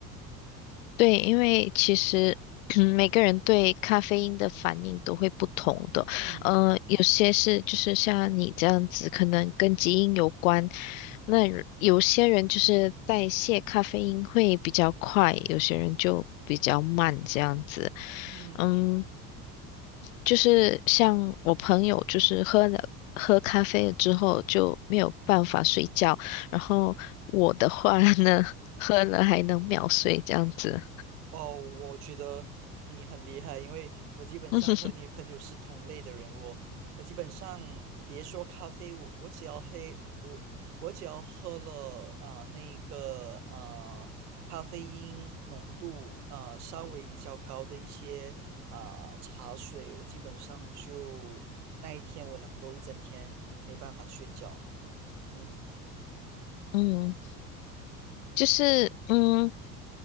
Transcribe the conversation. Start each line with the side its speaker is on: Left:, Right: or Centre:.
Left: 对，因为其实嗯每个人对咖啡因的反应都会不同的，
Right: 嗯
Left: 嗯，有些是就是像你这样子，可能跟基因有关。那有有些人就是代谢咖啡因会比较快，有些人就比较慢这样子。
Right: 嗯。
Left: 嗯，就是像我朋友，就是喝了喝咖啡了之后就没有办法睡觉，然后我的话呢，<laughs> 喝了还能秒睡这样子。
Right: 哦，我觉得你很厉害，因为我基本上和你朋友是同类的人。
Left: <laughs>
Right: 我我基本上别说咖啡，我我只要黑我我只要喝了啊、呃那个啊咖啡因浓度啊稍微比较高的一些啊、呃茶水，我基本上就那一天我能够一整天没办法睡觉。嗯
Left: 嗯，就是嗯，